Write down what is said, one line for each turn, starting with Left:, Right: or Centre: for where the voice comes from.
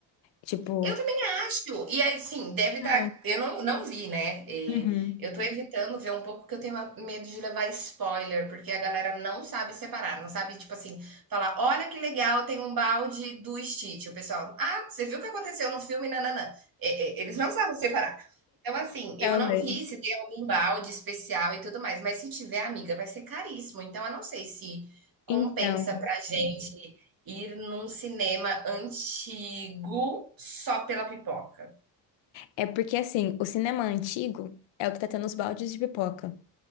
Left: Tipo,
Right: Eu também acho. E assim, deve estar.
Left: É,
Right: Eu não, não vi, né? É,
Left: Uhum.
Right: eu tô evitando ver um pouco porque eu tenho medo de levar spoiler, porque a galera não sabe separar, não sabe, tipo assim, falar: olha que legal, tem um balde do Stitch. O pessoal, ah, você viu o que aconteceu no filme? Nananã. É, é, eles não sabem separar. Então, assim,
Left: realmente.
Right: eu não vi se tem algum balde especial e tudo mais, mas se tiver, amiga, vai ser caríssimo. Então, eu não sei se compensa
Left: Então,
Right: pra gente ir num cinema antigo só pela pipoca.
Left: é porque assim, o cinema antigo é o que tá tendo os baldes de pipoca,